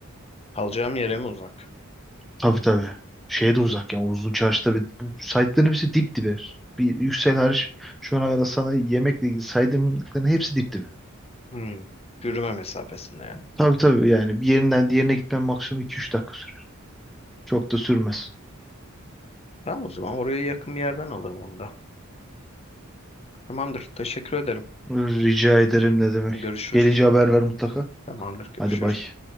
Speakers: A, on the left; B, in the centre.
A: Kalacağım yere mi uzak?
B: Tabii tabii. Şeye de uzak yani. O Uzun çarşıda bir, bu saydıkların hepsi dip dibe. Bir yüksel hariç şu ana kadar sana yemekle ilgili saydığımların hepsi dip dibe.
A: Hmm. Yürüme mesafesinde yani.
B: Tabii tabii yani bir yerinden diğerine gitmen maksimum iki üç dakika sürer. Çok da sürmez.
A: Tamam o zaman oraya yakın bir yerden alırım onu da. Tamamdır. Teşekkür ederim.
B: Rica ederim ne demek.
A: Görüşürüz.
B: Gelince haber ver mutlaka.
A: Tamamdır. Görüşürüz.
B: Hadi bay.